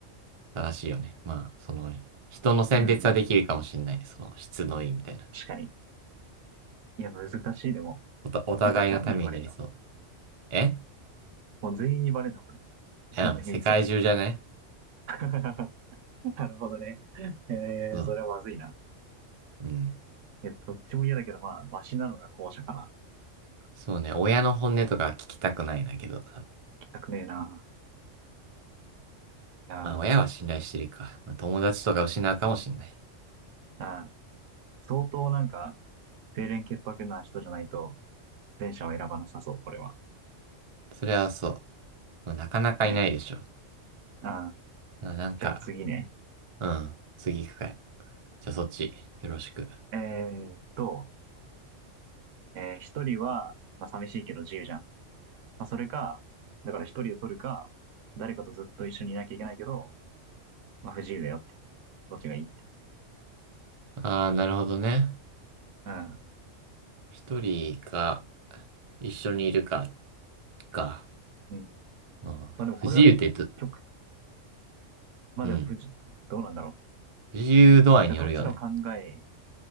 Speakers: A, on the right; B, on the right.
A: 正しいよね。まあ、その、人の選別はできるかもしれない。
B: うん。
A: その、質のいいみたいな。
B: 確かに。いや、難しいでも。
A: おた、お互いのためになりそう。
B: え、これ誰にバレんの
A: え
B: もう全員にバレんのこれ。自分の秘密。
A: うん、世界中じゃない
B: <laughs> なるほどね。えー、
A: そう。
B: それはまずいな。
A: うん。
B: え、どっちも嫌だけど、まあ、マシなのが後者かな。
A: そうね、親の本音とか聞きたくないんだけど。
B: 聞きたくねえな。あ
A: まあ、親は信頼してるか。まあ、友達とか失うかもしれない。
B: ーあー、相当なんか、清廉潔白な人じゃないと、電車を選ばなさそう、これは。
A: それはそう。まあ、なかなかいないでしょ。
B: ね。うん。
A: まあ、なんか、
B: じゃあ次ね。
A: うん、次行くかい。じゃあそっち、よろしく。
B: えーっと、えー一人は、まあ、寂しいけど自由じゃん。まあ、それか、だから一人を取るか、誰かとずっと一緒にいなきゃいけないけど、まあ、不自由だよっていう。どっちがいいって。
A: ああ、なるほどね。
B: うん。
A: 一人か、一緒にいるか、か。
B: うん。
A: まあ、
B: まあ、でもこれは、
A: 不自由ってど
B: 極、まあ、
A: うん。
B: でも不自、どうなんだろ
A: 自由度合いによるよね。
B: う。どっちの考え、